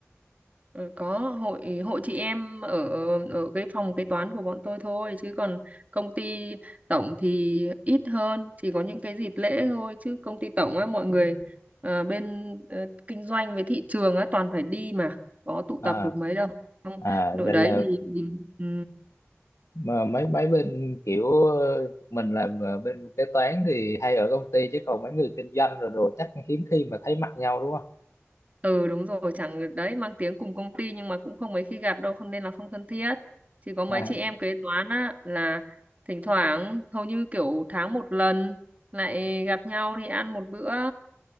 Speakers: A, on the right (about 30°); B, on the left (about 85°).
A: Ờ, có hội hội chị em ở ở cái phòng kế toán của bọn tôi thôi chứ còn công ty tổng thì ít hơn chỉ có những cái dịp lễ thôi chứ công ty tổng á mọi người ờ, bên ờ, kinh doanh với thị trường á toàn phải đi mà có tụ
B: À
A: tập được mấy đâu Không,
B: à
A: đội
B: vậy
A: đấy
B: là
A: thì, thì ừ.
B: mà mấy mấy bên kiểu ờ, mình là mà bên kế toán thì hay ở công ty chứ còn mấy người kinh doanh rồi đồ chắc hiếm khi mà thấy mặt nhau đúng không?
A: ừ đúng rồi chẳng đấy mang tiếng cùng công ty nhưng mà cũng không mấy khi gặp đâu không nên là không thân thiết chỉ có mấy
B: <laughs>
A: chị em kế toán á là thỉnh thoảng hầu như kiểu tháng một lần lại gặp nhau đi ăn một bữa